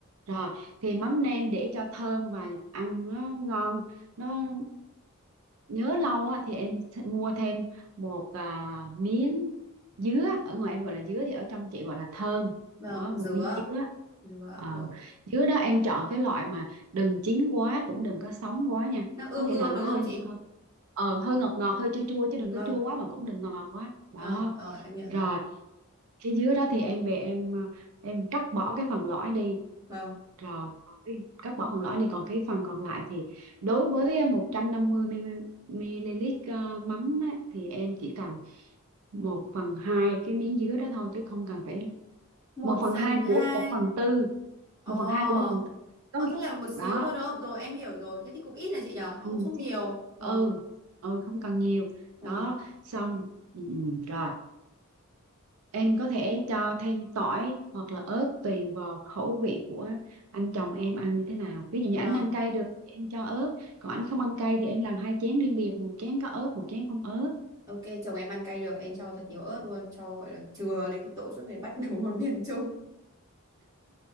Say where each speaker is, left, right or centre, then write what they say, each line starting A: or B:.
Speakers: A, on the right; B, on the right.
A: rồi thì mắm nêm để cho thơm và ăn nó ngon, nó nhớ lâu á, thì em th- mua thêm một à, miếng dứa ở ngoài em gọi là dứa thì ở trong chị gọi là thơm
B: Vâng,
A: đó
B: dứa.
A: một miếng dứa
B: Dứa
A: Ờ,
B: rồi.
A: dứa đó em chọn cái loại mà đừng chín quá cũng đừng có sống quá nha
B: Nó ương
A: có nghĩa
B: ương
A: là nó
B: đúng
A: hơi
B: không chị?
A: hơi ờ, hơi ngọt ngọt hơi chua chua chứ đừng
B: Vâng.
A: có chua quá mà cũng đừng ngọt quá đó
B: Ờ rồi, em hiểu
A: rồi
B: rồi.
A: cái dứa đó thì em về em à, em cắt bỏ cái phần lõi đi
B: Vâng.
A: rồi, còn cái cắt bỏ phần lõi này còn cái phần còn lại thì đối với ờ, 150 ml ờ, mắm á, thì em chỉ cần một phần 2 cái miếng dứa đó thôi chứ không cần phải
B: Một
A: một phần
B: phần
A: 2
B: hai.
A: của một phần tư
B: Ờ.
A: một phần 2 của một phần tư có
B: Ờ
A: nghĩa
B: thế là một xíu
A: đó
B: thôi đúng không? Rồi em hiểu rồi. Thế thì cũng ít là chị nhở? Thế
A: ừ,
B: cũng không
A: chứ-
B: nhiều. Vâng.
A: ừ ừ không cần nhiều
B: Ờ.
A: đó xong ừ, ừ, rồi Em có thể cho thêm tỏi hoặc là ớt tùy vào khẩu vị của anh chồng em ăn như thế nào. Ví dụ
B: Vâng.
A: như anh ăn cay được thì em cho ớt, còn anh không ăn cay thì em làm hai chén riêng biệt, một chén có ớt, một chén không ớt.
B: Ok, chồng em ăn cay được, em cho thật nhiều ớt luôn, cho gọi là chừa đến cái tội suốt ngày bắt <laughs> đủ một miền chung.